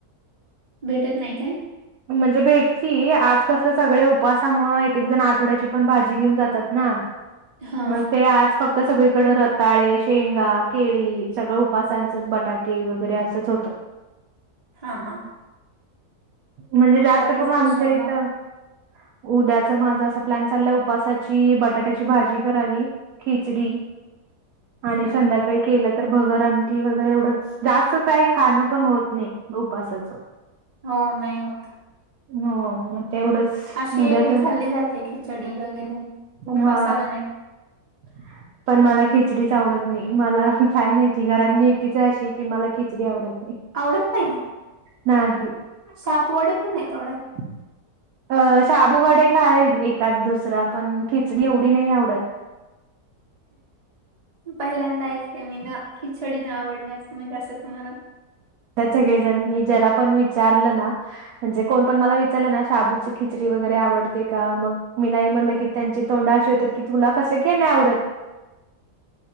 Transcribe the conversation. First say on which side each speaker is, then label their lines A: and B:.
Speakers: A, on the right; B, on the right.
A: भेटतं नाहीं कायं.
B: म्हणजे भेटची आंज कसं सगळें उपवांसामुळे एक एक जणं आठवड्यांची पणं भाजी घेऊंन जातांत नां-
A: हा
B: मंग ते आंज- फक्तं सगळीकडे रताळे शेंगा केळी सगळं उपासांचंच बटाटे वगैरें असंच होतं.
A: हां हां.
B: म्हणजे जास्तं
A: काय
B: करूंन
A: स्पेशल
B: आमच्यां इथं.
A: मग
B: उद्याचं माझां असां प्लॅन चाललांय उपासांची बटाट्यांची भाजी करावी- खिचडी आणि
A: हम्म
B: संध्याकांळी केलं- तर भगर आमटी, वगैरे एवढंच जास्त काही खाणं पण होत नाही उपासाचं.
A: हो नाही होत.
B: हो मग तेवढंच,
A: अशी एरवी
B: उद्याच
A: खाल्ली जाते खिचडी वगैरे उपवासाला
B: हा.
A: नाही
B: ह. पण मला खिचडीच आवडत नाही मला काय माहिती घरात मी एकटीच अशी की मला खिचडी आवडत नाही.
A: आवडत नाही?
B: नाही.
A: शबुवडे पण नाहीत आवडत?
B: <inaudible> अ शाबू वडे खाईल एकाद दुसरा पण खिचडी एवढी नाही आवडत.
A: पहिल्यांदा ऐकते मी ना खिचडी न आवडणार म्हणजे असं तुम्हाला‌.
B: त्या सगळेजण मी ज्याला पण विचारलं ना म्हणजे कोण पण मला विचारलं ना शाबूची खिचडी वगैरे आवडते का मग मी नाही म्हणले की त्यांचे थोडं असे होतात की तुला कसे काय नाही आवडत?